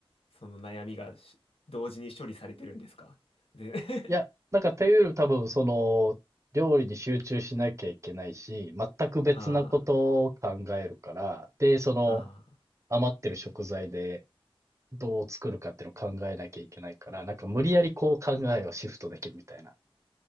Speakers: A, on the left; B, on the right.
A: その悩みがし同時に処理されてるんですかで、<laughs>
B: いや、なんかというより多分その、料理に集中しなきゃいけないし、全く別なことを考えるから、
A: あ
B: で、その
A: あ、ああ。
B: 余ってる食材でどう作るかっていうのを考えなきゃいけないから、なんか無理やりこう考えをシフトできるみたいな